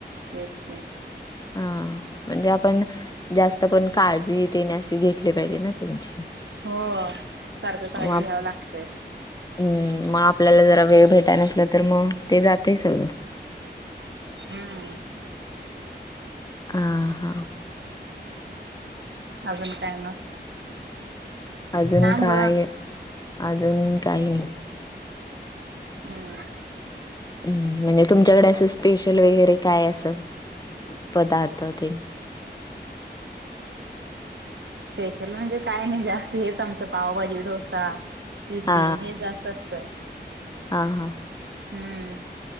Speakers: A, on the right; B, on the left.
A: तेच की,
B: हा म्हणजे आपण जास्त पण काळजी तेन अशी घेतली पाहिजे ना त्यांची....
A: हो सारखं काळजी
B: मग
A: घ्यावं लागतंय.
B: हु.. मग आपल्याला जरा वेळ भेटाय नसला तर, मग ते जातंय सगळं.
A: हं...
B: <unintelligible> आ, हा..
A: अजून काय मग?
B: अजून
A: थांब
B: काय,
A: ग
B: अजून काही नाही.
A: हं..
B: हू.. म्हणजे तुमच्याकडे असं स्पेशल वगैरे काय असं पदार्थ तेन?
A: स्पेशल म्हणजे काय नाही जास्त हेच, आमचं पावभाजी, डोसा, इडली
B: हा
A: हे जास्त असत तय.
B: हा, हा.
A: हं...